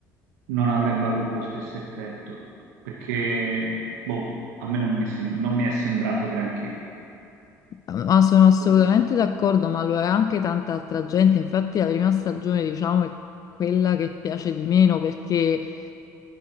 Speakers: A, on the right; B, on the left.
A: non avrebbe avuto lo stesso effetto, perché, boh, a me non mi, sem- non mi è sembrato granché.
B: Ma sono assolutamente
A: Omino.
B: d'accordo, ma lo è anche tanta altra gente. Infatti, la prima stagione, diciamo, è quella che piace di meno perché